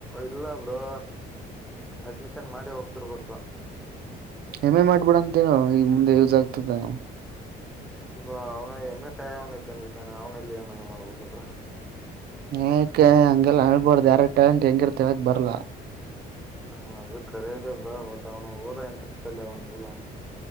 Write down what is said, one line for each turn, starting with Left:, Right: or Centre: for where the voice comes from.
Centre: ಇಲ್ಲ ಬ್ರೋ ಅಡ್ಮಿಷನ್ ಮಾಡಿ ಹೋಗ್ತಿರ್ಬೇಕು
Right: ಹೆಮ್ಮೆ ಮಾಡ್ಬಿಡಂತೇಳ ಈಗ ಮುಂದೆ ಯೂಸ್ ಆಗ್ತದೆ
Centre: ಬ್ರಾ ಅವ್ನ ಹೆಮ್ಮೆ ಕಾಯಿ ಅವನ ಇದ್ದಂಗಿತಾನೆ ಅವ್ನ ಎಲ್ಲಿ ಮಯ ಮಾಡ್ಬೇಕಬ್ರಾ
Right: ಏಕ ಹಂಗೆಲ್ಲ ಹಳ್ಬಾರ್ದ ಯಾರ ಟ್ಯಾಲೆಂಟ್ ಹೆಂಗಿರ್ತವಕ್ ಬರ್ಲಾ
Centre: ಹಾ ಅದು ಕರೆದೆಬ್ರಾ ಬಟ್ ಅವನು ಓರ ಎಂಟ್ರೆಸ್ ಅಲ್ಲಿ ಅವನುಲ್ಲ